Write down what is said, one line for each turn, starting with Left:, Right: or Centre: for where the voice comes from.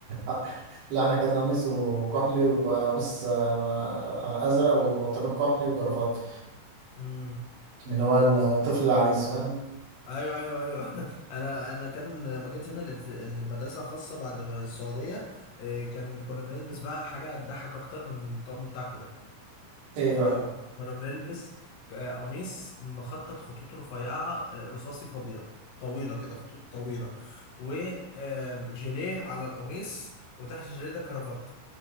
Right: آه، لا احنا كان قميصه كحلي وقميص آه، ازرق وبنطلون كحلي وجرافات
Left: مم.
Right: اللي هو الطفل العريس فاهم
Left: ايوه ايوه ايوه <laughs> انا انا كان لما جيت هنا لقيت المدرسه الخاصه بعد ما السعوديه إيه، كان كنا بنلبس بقى حاجه تضحك اكتر من الطقم بتاعكو ده
Right: ايه
Left: في
Right: بقى
Left: الاول كنا بنلبس آه، قميص مخطط خطوط رفيعه آه، رصاصي في ابيض طويله كده خطوط طويله وجيليه على القميص وتحت الجيليه ده كرافات